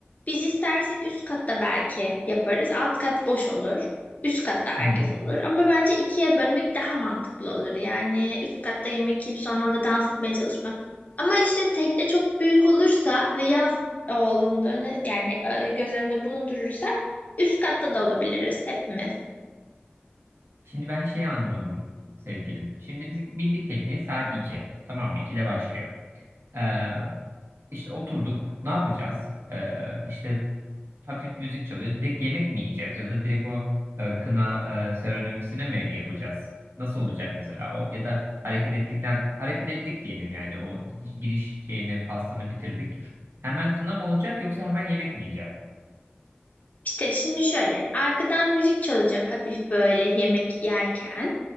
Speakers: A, on the left; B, on the right.
A: Biz istersek üst katta belki yaparız. Alt kat boş olur. Üst katta herkes
B: Hmm.
A: olur. Ama bence ikiye bölmek daha mantıklı olur. Yani üst katta yemek yiyip sonra orada dans etmeye çalışmak. Ama işte tekne çok büyük olursa ve yaz olduğunda öne, yani e, göz önünde bulundurursak üst katta da olabiliriz hepimiz.
B: Şimdi ben şeyi anlamadım sevgilim. Şimdi biz bindik tekneye saat 2. Tamam mı? 2'de başlıyor. Ee, işte oturduk. Ne yapacağız? Ee, işte hafif müzik çalıyor. Direkt yemek mi yiyeceğiz ya da direkt o e, kına e, seremonisine mi yapacağız? Nasıl olacak mesela o? Ya da hareket ettikten hareket ettik diyelim yani o giriş şeyini pastanı bitirdik. Hemen kına mı olacak yoksa hemen yemek mi yiyeceğim?
A: İşte şimdi şöyle arkadan müzik çalacak hafif böyle yemek yerken